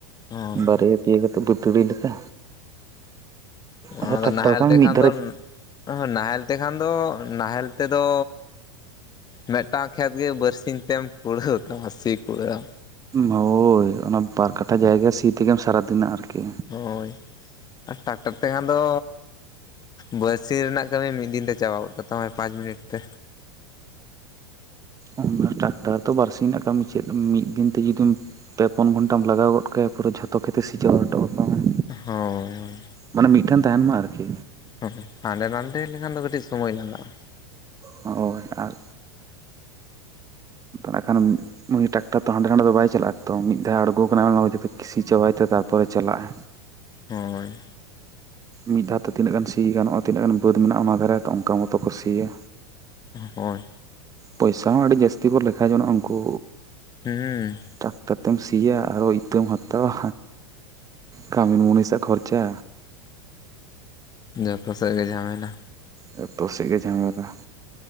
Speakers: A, on the left; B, on the right.
A: ᱦᱳᱭ
B: ᱵᱟᱨᱭᱟ ᱯᱤᱭᱟᱹ ᱠᱟᱛᱮ ᱵᱟᱹᱛᱟᱹᱲᱤ ᱞᱮᱠᱟ᱾
A: ᱩᱸ
B: ᱟᱫᱚ
A: ᱚᱱᱟ ᱫᱚ
B: ᱴᱨᱟᱠᱴᱟᱨ
A: ᱱᱟᱦᱮᱞ
B: ᱠᱷᱟᱱ
A: ᱛᱮᱠᱷᱟᱱ
B: ᱢᱤᱫ ᱫᱷᱟᱨᱮ
A: ᱫᱚᱱ ᱮᱸᱦᱮ ᱱᱟᱦᱮᱞ ᱛᱮᱠᱷᱟᱱ ᱫᱚ ᱱᱟᱦᱮᱞ ᱛᱮᱫᱚ ᱢᱮᱫᱴᱟᱝ ᱠᱷᱮᱛ ᱜᱮ ᱵᱟᱨᱥᱤᱧ ᱛᱮᱢ ᱠᱩᱲᱟᱹᱣ ᱛᱟᱢᱟ ᱥᱤ ᱠᱩᱲᱟᱹᱣᱟᱢ᱾
B: ᱦᱳᱭ, ᱚᱱᱟ ᱵᱟᱨ ᱠᱟᱴᱷᱟ ᱡᱟᱭᱜᱟ ᱥᱤ ᱛᱮᱜᱮᱢ ᱥᱟᱨᱟᱫᱤᱱᱟ ᱟᱨᱠᱤ᱾
A: ᱦᱳᱭ, ᱟᱨ ᱴᱟᱠᱴᱟᱨ ᱛᱮ ᱠᱷᱟᱱ ᱫᱚ ᱵᱟᱥᱤᱧ ᱨᱮᱱᱟᱜ ᱠᱟᱹᱢᱤ ᱢᱤᱫ ᱫᱤᱱ ᱛᱮ ᱪᱟᱵᱟ ᱜᱚᱫ ᱠᱟᱛᱟᱢᱟᱭ ᱯᱟᱸᱪ ᱢᱤᱱᱤᱴ ᱛᱮ᱾
B: ᱚᱱᱟ ᱴᱟᱠᱴᱟᱨ ᱛᱚ ᱵᱟᱨᱥᱤᱧᱱᱟᱜ ᱠᱟᱹᱢᱤ ᱪᱮᱫ ᱢᱤᱫ ᱫᱤᱱ ᱛᱮ ᱡᱩᱫᱤᱢ ᱯᱮ ᱯᱳᱱ ᱜᱷᱚᱱᱴᱟᱢ ᱞᱟᱜᱟᱣ ᱜᱚᱫ ᱠᱟᱭᱟ ᱯᱩᱨᱟᱹ ᱡᱷᱚᱛᱚ ᱠᱷᱮᱛᱮ ᱥᱤ ᱪᱟᱵᱟ ᱦᱚᱴᱚ ᱠᱟᱛᱟᱢᱟᱭ᱾
A: ᱦᱳᱭ ᱦᱳᱭ᱾
B: ᱢᱟᱱᱮ ᱢᱤᱫᱴᱷᱮᱱ ᱛᱟᱦᱮᱱ ᱢᱟ ᱟᱨᱠᱤ᱾
A: ᱦᱚᱸ ᱦᱟᱸᱰᱮ ᱱᱟᱸᱰᱮ ᱞᱮᱠᱷᱟᱱ ᱫᱚ ᱠᱟᱹᱴᱤᱡ ᱥᱩᱢᱟᱹᱭ ᱞᱟᱜᱟᱜᱼᱟ᱾
B: ᱦᱳᱭ, ᱟᱨ ᱛᱟᱞᱮ ᱠᱷᱟᱱᱮᱢ ᱱᱩᱭ ᱴᱨᱟᱠᱴᱟᱨ ᱛᱚ ᱦᱟᱸᱰᱮ ᱱᱟᱸᱰᱮ ᱫᱚ ᱵᱟᱭ ᱪᱟᱞᱟᱜᱼᱟ ᱛᱚ, ᱢᱤᱫ ᱫᱷᱟᱣ ᱟᱬᱜᱚ ᱠᱟᱱᱟᱭ ᱢᱟᱱᱮ ᱚᱱᱟᱠᱚ ᱡᱷᱚᱛᱚ ᱠᱤᱥᱤ ᱪᱟᱵᱟᱭ ᱛᱮ ᱛᱟᱯᱚᱨᱮ ᱪᱟᱞᱟᱜᱼᱟᱭ᱾
A: ᱦᱳᱭ᱾
B: ᱢᱤᱫ ᱫᱷᱟᱣ ᱛᱮ ᱛᱤᱱᱟᱹᱜ ᱜᱟᱱ ᱥᱤ ᱜᱟᱱᱚᱜᱼᱟ ᱛᱤᱱᱟᱜ ᱜᱟᱱ ᱵᱟᱹᱫ ᱢᱮᱱᱟᱜᱼᱟ ᱚᱱᱟ ᱫᱷᱟᱨᱮ ᱛᱚ ᱚᱝᱠᱟ ᱢᱚᱛᱚ ᱠᱚ ᱥᱤᱭᱟ᱾
A: ᱦᱚ ᱦᱳᱭ᱾
B: ᱯᱚᱭᱥᱟ ᱦᱚᱸ ᱟᱹᱰᱤ ᱡᱟᱹᱥᱛᱤ ᱠᱚ ᱞᱮᱠᱷᱟ ᱡᱚᱱᱚᱜᱼᱟ ᱩᱝᱠᱩ᱾
A: ᱦᱩᱸ᱾
B: ᱴᱟᱠᱴᱟᱨ ᱛᱮᱢ ᱥᱤᱭᱟ ᱟᱨᱚ ᱤᱛᱟᱹᱢ ᱦᱟᱛᱟᱣᱟ, ᱠᱟᱢᱤᱱ ᱢᱚᱱᱤᱥᱟᱜ ᱠᱷᱚᱨᱪᱟ
A: ᱡᱷᱚᱛᱚ ᱥᱮᱫ ᱜᱮ ᱡᱷᱟᱢᱮᱞᱟ᱾
B: ᱡᱚᱛᱚ ᱥᱮᱫ ᱜᱮ ᱡᱷᱟᱢᱮᱞᱟ,